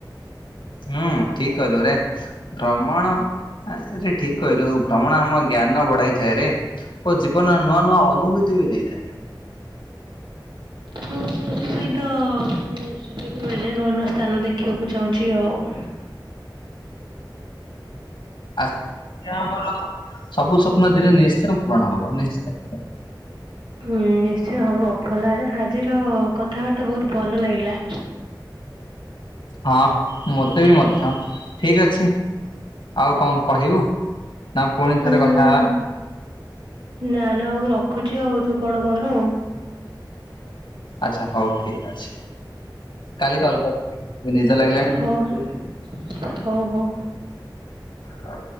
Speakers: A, on the left; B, on the right.
A: ହୁଁ ଠିକ କହିଲୁରେ ଭ୍ରମଣରେ ଠିକ କହିଲୁ ଭ୍ରମଣ ଆମ ଜ୍ଞାନ ବଢାଇଥାଏରେ ଓ ଜୀବନରେ ନୂଆ ନୂଆ ଅନୁଭୂତି ବି ଦେଇଥାଏ।
B: ହଁ। ସେଥିପାଇଁ ତ ମୁ ସୁଯୋଗ ମିଳିଲା ନୂଆ ନୂଆ ସ୍ଥାନ ଦେଖିବାକୁ ଚାହୁଁଚି ଆଉ। <inaudible>
A: ଆସ କରେ ଆମର ସବୁ ସ୍ୱପ୍ନ ଦିନେ ନିଶ୍ଚୟ ପୂରଣ ହବ ନିଶ୍ଚୟ।
B: ହୁଁ ନିଶ୍ଚୟ ହବ, ଭଲ ଆ ଆଜିର କଥାବାର୍ତ୍ତା ବହୁତ ଭଲ ଲାଗିଲା। <inaudible>
A: ହଁ ମୋତେ ବି ମଧ୍ୟ ଠିକ ଅଛି। ଆଉ କଣ କହିବୁ? ନା ପୁଣି
B: ହୁଁ
A: ଥରେ କଥା ହେବା
B: ନା ନା ହଉ ରଖୁଚି ଆଉ ତୁ କଣ କର
A: ଆଚଛା ହଉ ଠିକ ଅଛି। କାଲି କଲ କର ଏବେ ନିଦ ଲାଗିଲାଣି
B: ହଉ
A: ।
B: ହଉ ହଉ ହଉ।
A: ହଉ।